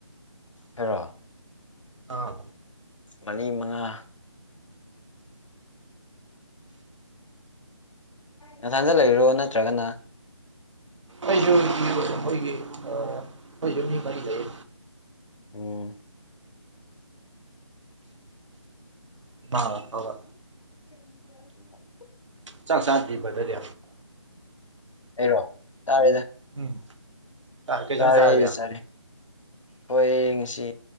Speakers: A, on the left; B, on the right.
A: ꯈꯔꯣ
B: ꯑꯥ
A: ꯃꯔꯤ ꯃꯉꯥ ꯅꯊꯟꯗ ꯂꯩꯔꯣ ꯅꯠꯇ꯭ꯔꯒꯅ
B: ꯑꯩꯁꯨ ꯑꯈꯣꯏꯒꯤ ꯑ ꯑꯈꯣꯏꯁꯨ ꯃꯤ ꯃꯔꯤ ꯂꯩ
A: ꯑꯣ
B: ꯏꯃꯥ ꯑꯐꯕ
A: <unintelligible>
B: ꯆꯥꯛ ꯆꯥꯗ꯭ꯔꯤ ꯕꯗꯔꯗꯤ
A: ꯑꯩꯔꯣ ꯇꯥꯔꯦꯗ
B: ꯎꯝ ꯀꯩ
A: ꯆꯥꯔꯦ
B: ꯏꯟꯖꯥꯡ ꯆꯥꯔꯒꯦ
A: ꯆꯥꯔꯦ ꯍꯣꯏ ꯉꯁꯤ